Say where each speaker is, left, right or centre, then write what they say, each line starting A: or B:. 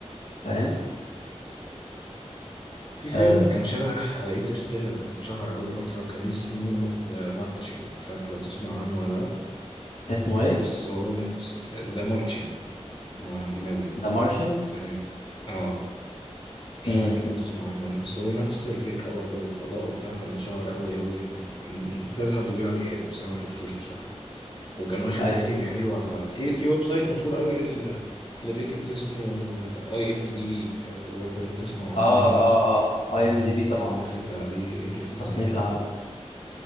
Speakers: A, on the left; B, on the left.
A: فاهم
B: في فيلم
A: آه
B: كان شبه انترستيلر كان شهر قوي فترة كان اسمه ذا مارتشن مش عارف لو تسمع عنه ولا لأ
A: اسمه ايه
B: بس هو نفس ذا مارتشن هو أجنبي
A: ذا مارشن
B: اه آه، مش
A: امم
B: عارف لو تسمع عنه ولا لأ بس هو نفس الفكرة برضه والفضاء وبتاع كان اتشهر قوي قوي يعني كان كذا حد بيقول عليه حلو بس أنا ما شفتوش بصراحة وكان واخد
A: ايوه
B: ريتنج حلو على في في ويب سايت مشهور قوي لل للريتنجز اسمه اي ام دي بي مش عارف لو برضه لو تسمع عنه
A: اه
B: ولا لأ
A: اه اه اي ام دي بي طبعا
B: كان واخد
A: يعني
B: عليه
A: ده
B: ريتنج
A: التصنيف
B: حلو
A: العالمي
B: جدا